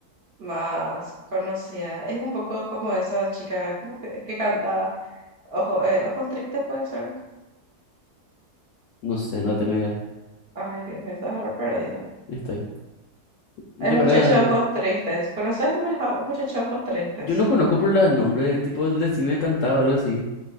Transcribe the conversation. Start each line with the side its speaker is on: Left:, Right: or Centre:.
Right: más conocida. Es un poco como esa chica ¿cómo que, que canta Ojo- eh, Ojos Tristes, puede ser.
Left: No sé, no tengo idea.
Right: Ay, Dios mío, estás re perdido.
Left: Estoy. Yo
Right: El muchacho
Left: ahora.
Right: de ojos tristes. ¿Conoces el mu- ja- muchacho de ojos tristes?
Left: Yo no conozco por los nombres, tipo, el decime cantado o algo así.